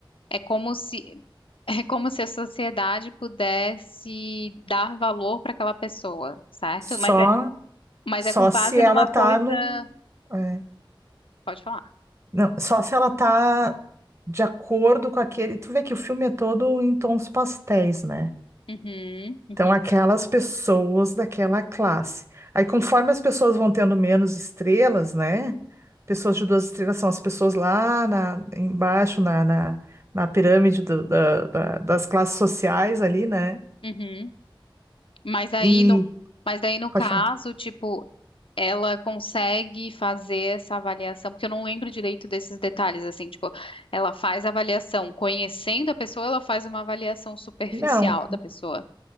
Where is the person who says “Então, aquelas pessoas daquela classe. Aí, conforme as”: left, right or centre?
Right